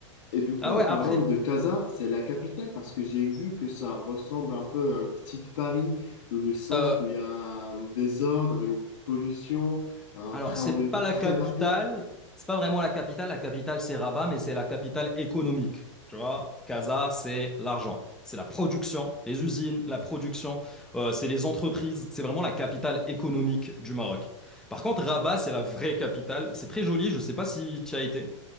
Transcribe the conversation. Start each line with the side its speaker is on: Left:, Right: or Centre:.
Left: Et du coup,
Centre: Ah
Left: en
Centre: ouais,
Left: parlant
Centre: après,
Left: de Casa, c'est la capitale parce que j'ai vu que ça ressemble un peu à un petit Paris, dans le sens
Centre: euh,
Left: où il y a un désordre, une pollution, un
Centre: alors,
Left: train
Centre: c'est
Left: de vie
Centre: pas la
Left: très
Centre: capitale,
Left: rapide.
Centre: c'est pas vraiment la capitale, la capitale c'est Rabat, mais c'est la capitale économique. Tu vois, Casa, c'est l'argent, c'est la production, les usines, la production, euh, c'est les entreprises, c'est vraiment la capitale économique du Maroc. Par contre, Rabat, c'est la vraie capitale, c'est très joli, je sais pas si tu as été.